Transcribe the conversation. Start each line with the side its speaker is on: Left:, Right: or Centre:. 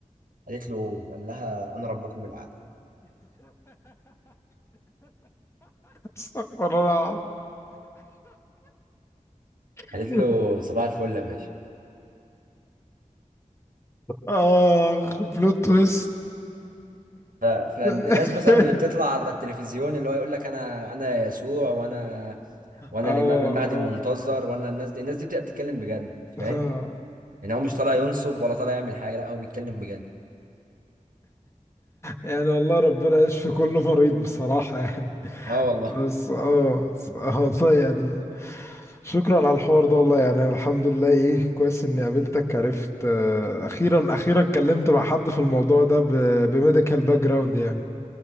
Right: قالت له قول قال لها انا ربكم الاعلى
Left: استغفر الله
Right: قالت
Left: العظيم
Right: له صباح الفل يا باشا
Left: اخ بلوت تويست
Right: ف... فالناس
Left: <laughs>
Right: مثلا اللي بتطلع على التلفزيون اللي هو يقول لك انا انا يسوع وانا وانا
Left: اه
Right: الامام المهدي
Left: اه
Right: المنتظر وانا الناس دي الناس دي بتبقى بتتكلم بجد فاهم
Left: آه.
Right: يعني هو مش طالع ينصب ولا طالع يعمل حاجه لا هو بيتكلم بجد
Left: يعني والله ربنا يشفي كل مريض بصراحة يعني
Right: اه والله
Left: بس اه آه، والله يعني شكرا على الحوار ده والله يعني الحمد لله ايه كويس اني قابلتك عرفت آه، اخيرا اخيرا اتكلمت مع حد في الموضوع ده بميديكال باك جراوند يعني